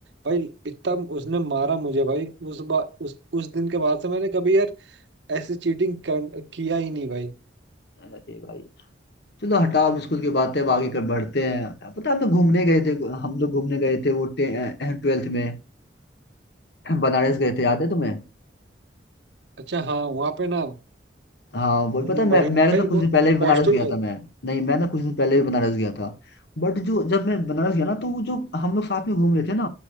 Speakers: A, on the right; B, on the left.
A: भाई इतना उसने मारा मुझे भाई उस बा, उस उस दिन के बाद से मैंने कभी यार ऐसी चीटिंग किया ही नहीं भाई
B: अरे भाई चलो हटाओ अब स्कूल की बात है अब आगे कर बढ़ते हैं पता है हम लोग घूमने गए थे हम लोग घूमने गए थे वो ट्वेल्थ में बनारस गए थे याद है तुम्हें
A: अच्छा हाँ वहाँ पे ना
B: हाँ वो
A: हम्म
B: पता है मैं
A: बढ़िया
B: मैं
A: भाई
B: ना कुछ
A: वो
B: दिन पहले भी बनारस
A: पॉजिटिव
B: गया था मैं नहीं मैं ना कुछ दिन पहले भी बनारस गया था बट जो जब मैं बनारस गया ना तो वो जो हम लोग साथ में घूम रहे थे ना